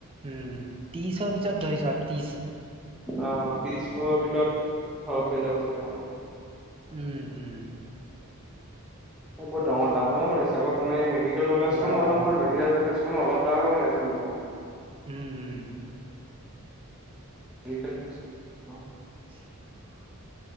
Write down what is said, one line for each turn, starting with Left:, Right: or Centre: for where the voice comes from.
Right: উম, ত্ৰিছৰ পিছৰত ধৰি ছোৱা ত্ৰিশ।
Centre: আহ ত্ৰিছকৰ ভিতৰত ঘৰ হৈ যাব চাগে অ'
Right: উম উম।
Centre: বহুতাঙৰ ডাঙৰ বনাইছে আকৌ তোমাৰ মেডিকেল কলেজখনো
Right: ডাঙৰ
Centre: অলপ
Right: ডাঙৰ
Centre: নহয় মেডিকেল কলেজ অলপ ডাঙৰ কে বনাইছেনি তোমাৰ।
Right: উম -উম
Centre: <inaudible>
Right: <inaudible>